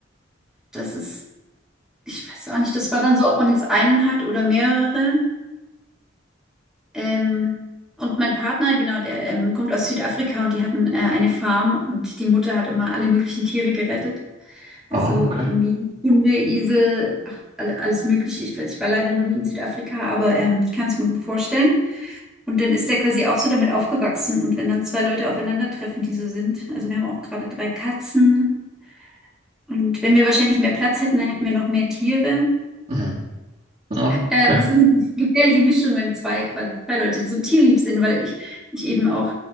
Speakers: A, in the centre; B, on the right (about 35°).
A: das ist, ich weiß auch nicht, das war dann so, ob man jetzt einen hat oder mehrere. Ähm, und mein Partner, genau, der ähm, kommt aus Südafrika und die hatten äh, eine Farm und die Mutter hat immer alle möglichen Tiere gerettet.
B: Ah,
A: Also
B: okay.
A: irgendwie Hunde, Esel, ach, all- alles Mögliche. Ich, weiß- ich war leider noch nie in Südafrika, aber ähm, ich kann es mir gut vorstellen. Und dann ist der quasi auch so damit aufgewachsen. Und wenn dann zwei Leute aufeinandertreffen, die so sind, also wir haben auch gerade drei Katzen. Und wenn wir wahrscheinlich mehr Platz hätten, dann hätten wir noch mehr Tiere.
B: Mhm. Ah,
A: Ähm,
B: okay.
A: es ist eine gefährliche Mischung, wenn zwei quasi zwei Leute so tierlieb sind, weil ich, ich eben auch,